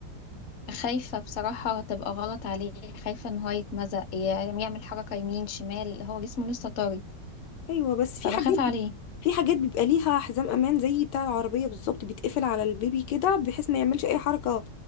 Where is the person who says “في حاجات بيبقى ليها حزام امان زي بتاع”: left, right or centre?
Left